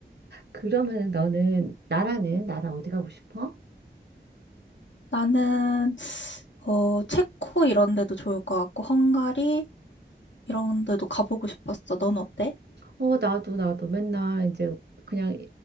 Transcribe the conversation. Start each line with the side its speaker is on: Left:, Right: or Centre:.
Right: 그러면은 너는 나라는 나라 어디 가고 싶어?
Left: 나는, 어, 체코 이런 데도 좋을 것 같고, 헝가리 이런 데도 가보고 싶었어. 넌 어때?
Right: 어 나도 나도 맨날 이제 그냥